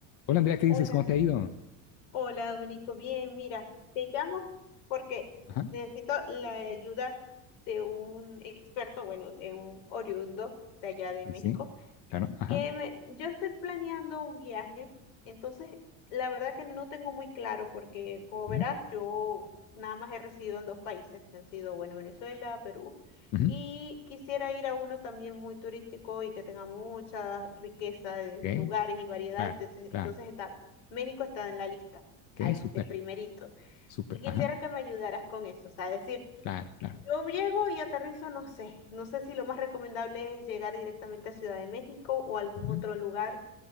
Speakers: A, on the left; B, on the left.
A: Hola Andrea, ¿qué
B: Hola,
A: dices? ¿Cómo te ha ido?
B: hola Dominico, bien, mira, te llamo porque
A: Ajá,
B: necesito la ayuda de un experto, bueno, de un oriundo de allá de
A: sí,
B: México
A: sí, claro, ajá.
B: que me- yo estoy planeando un viaje, entonces la verdad que no tengo muy claro porque como verás
A: ujú,
B: yo nada más he residido en dos países, que han sido, bueno, Venezuela, Perú,
A: ujú,
B: y quisiera ir a uno también muy turístico y que tenga mucha riqueza de
A: ok,
B: lugares y variedad,
A: claro,
B: entonces,
A: claro,
B: entonces está, México está en la lista,
A: ok,
B: ahí,
A: súper,
B: de primerito,
A: súper,
B: y quisiera
A: ajá,
B: que me ayudaras con eso, o sea, decir...
A: claro, claro,
B: Yo llego y aterrizo, no sé. No sé si lo más recomendable es llegar directamente a Ciudad de México o algún
A: ujú,
B: otro lugar